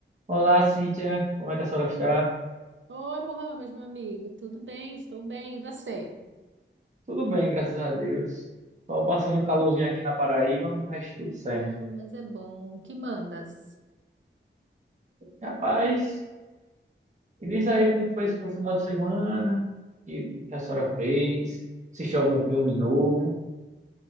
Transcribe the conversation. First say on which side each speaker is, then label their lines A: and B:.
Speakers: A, on the right (about 35°); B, on the right (about 70°).
A: Olá, Cíntia. Como é que a senhora está?
B: Oi, Mohamed, meu amigo, tudo bem? Estou bem, e você?
A: Tudo bem, graças a Deus. Só passando um calorzinho aqui na Paraíba, mas tudo certo.
B: Ah, mas é bom. Que mandas?
A: Rapaz, me diz aí como foi esse teu final de semana, o que, que a senhora fez, assistiu algum filme novo?